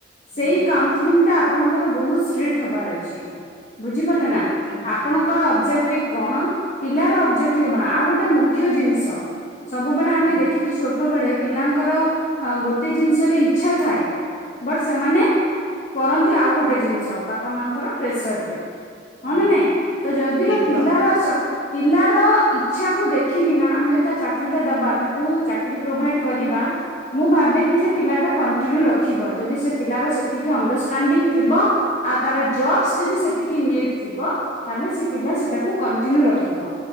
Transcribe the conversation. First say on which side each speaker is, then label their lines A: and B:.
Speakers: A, on the left; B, on the left.
A: ହୁଁ
B: ସେଇ କାଉନସିଲଂ ଟା ଆପଣଙ୍କର ବହୁତ ଷ୍ଟ୍ରିକ୍ଟି ହବାର ଅଛି। ବୁଝିପାରିଲେ ନା
A: ଓକେ ହଁ
B: ଆପଣଙ୍କର ଅବଜେ ଟି କଣ ପିଲାର ଅବଜେକ୍ଟ କଣ ଆଉ ଗୋଟେ ମୁଖ୍ୟ ଜିନିଷ ଭୁବେଳେ
A: ହୁଁ
B: ଆମେ ଦେଖିଛି ଛୋ ଛୋଟ ବେଳେ ପିଲାଙ୍କର ଗୋଟେ ଜିନିଷରେ ଇଛା ଥାଏ ବଟ ସେମାନେ କରନ୍ତି ଆଉ ଗୋଟେ ଜିନ୍ଷ ବାପା ମା ଙ୍କର ପ୍ରେସର୍ ବି।
A: ହୁଁ
B: ହଁ ନା ନାଇଁ ତ ଯଦିର
A: ୟେସ୍
B: ପିଲାାର
A: ହଁ
B: ସ ପିଲାର ଇଚ୍ଛା କୁ ଦେଖିକିନା ଆମେ ତା ଚା ଚାକିରି ଟା ଦବା ତାକୁ ଚାକିରି ପ୍ରୋଭାଇଡ୍ କରିବା। ମୁଁ ଭା କିି ଯେ ପିଲାଟା କଣ୍ଟିନ୍ୟୁ ରଖିବ ଯଦି ସେ ପିଲାର ସେତିକି ଅଣ୍ଡର୍ ଷ୍ଟାଣ୍ଡିଙ୍ଗ୍ ଥିବ ଆଉ ତାର ଜବ୍ସ ଯଦି ସେତିକିଟ୍ ଥିବ ତାହେଲେ ସେ ପିଲା ସେଟାକୁ କଣ୍ଟିନ୍ୟୁ
A: ଦେଖନ୍ତୁ
B: ରଖିବ।